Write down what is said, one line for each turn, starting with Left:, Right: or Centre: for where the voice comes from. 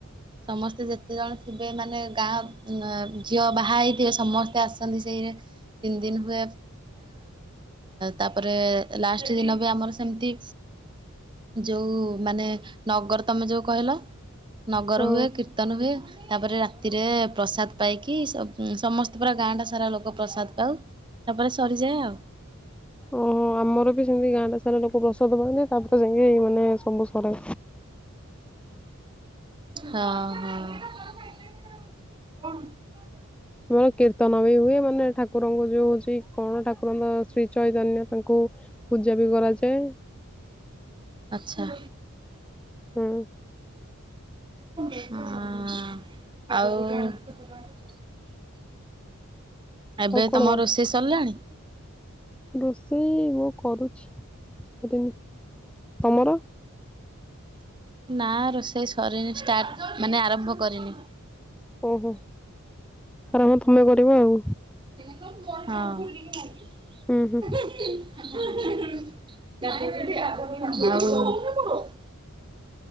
Right: ସମସ୍ତେ ଯେତେ ଜଣ ଥିବେ ମାନେ ଗାଁ ଝିଅ ବାହା ହେଇଥିବେ ସମସ୍ତେ ଆସନ୍ତି ସେଇରେ ତିନି ଦିନ ହୁଏ, ତାପରେ ଲାଷ୍ଟ ଦିନ ବି ଆମର ସେମିତି ଯୋଉ ମାନେ ନଗର ତମେ ଯୋଉ କହିଲ ଘର
Centre: ହଁ
Right: ହୁଏ, କୀର୍ତନ ହୁଏ। ତାପରେ ରାତିରେ ପ୍ରସାଦ ପାଇକି ସମସ୍ତେ ପୁରା ଗାଁ ଟା ସାରା ଲୋକ ପ୍ରସାଦ ପାଉ। ତାପରେ ସରିଯାଏ ଆଉ।
Centre: ଓହୋ ଆମର ବି ସେମତି ଗାଁଟା ସାରା ଲୋକ ପ୍ରସାଦ ପାଆନ୍ତି ତାପରେ ସେି ମାନେ ସବୁ ସରେ
Right: ହଁ ହଁ।
Centre: ହଁ କୀର୍ତ୍ନ ବି ହୁଏ ମାନେଠ ଠାକୁରଙ୍କ ଯୋଉ ହଉଛି କଣ ଠାକୁରଙ୍କ ଶ୍ରୀ ଚୈତନ୍ୟ ତାଙ୍କୁ ପୂଜା ବି କରାଯାଏ।
Right: ଆଚ୍ଛା
Centre: ହୁଁ
Right: ହଁ ଆଉ। ଏବେ
Centre: ଆଉ କଣ
Right: ତମ
Centre: ତ
Right: ରୋଷେଇ ସରିଲାଣି।
Centre: ରୋଷେଇ ମୁଁ କରୁଛି ତମର।
Right: ନା ରୋଷେଇ ସରିନି ଷ୍ଟାର୍ଟ ମାନେ ଆରମ୍ଭ କରିନି।
Centre: ଓହୋ। ଆରମ ତମେ କର ଆଉ।
Right: ହଁ
Centre: ହୁଁ ହୁଁ
Right: <inaudible> <inaudible>